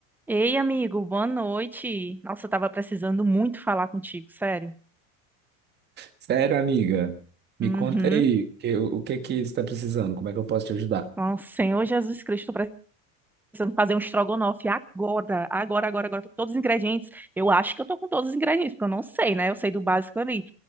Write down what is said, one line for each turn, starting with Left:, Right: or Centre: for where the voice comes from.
Centre: Ei, amigo, boa noite. Nossa, eu tava precisando muito falar contigo, sério.
Right: Sério, amiga? Me
Centre: Uhum.
Right: conta aí, que- o que que você está precisando? Como é que eu posso te ajudar?
Centre: Nossa, Senhor Jesus Cristo, tô precisando fazer um estrogonofe agora, agora, agora, agora. Tô com todos os ingredientes. Eu acho que eu tô com todos os ingredientes, porque eu não sei, né? Eu sei do básico ali.